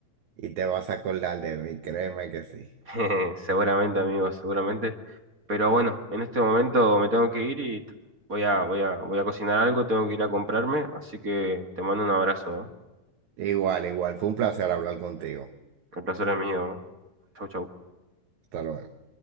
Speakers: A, on the right; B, on the right.
A: y te vas a acordar de mí, créeme que sí.
B: <laughs> jeje, seguramente amigos, seguramente. Pero bueno, en este momento me tengo que ir y t- voy a, voy a, voy a cocinar algo, tengo que ir a comprarme, así que te mando un abrazo, ¿eh?
A: Igual, igual. Fue un placer hablar contigo.
B: El placer es mío. ¿eh? Chau, chau.
A: Hasta luego.